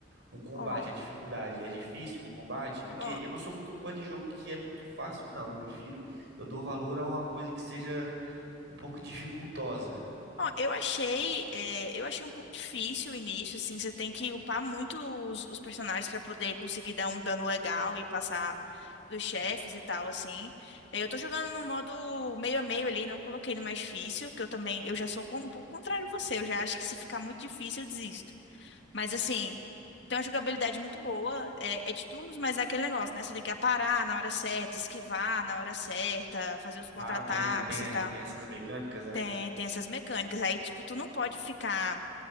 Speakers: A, on the right; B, on the left.
A: o combate,
B: Ó,
A: a dificuldade. É difícil o combate? Porque
B: ó.
A: eu não sou muito fã de jogo que é muito fácil, não. Eu prefiro, eu dou valor a uma coisa que seja um pouco dificultosa.
B: Ó, eu achei, é, eu achei um pouco difícil o início, assim, você tem que upar muito os, os personagens pra poder conseguir dar um dano legal e passar dos chefes e tal, assim. É, Eu tô jogando no modo meio a meio ali, não coloquei no mais difícil, que eu também, eu já sou com- um pouco contrário a você, eu já acho que se ficar muito difícil eu desisto. Mas assim, tem uma jogabilidade muito boa, é, é de turnos, mas é aquele negócio, né? Você tem que aparar na hora certa, esquivar na hora certa, fazer os contra-ataques
A: Ah, tem, tem,
B: e tal.
A: tem essas mecânicas, né?
B: Tem, tem essas mecânicas. Aí, tipo, tu não pode ficar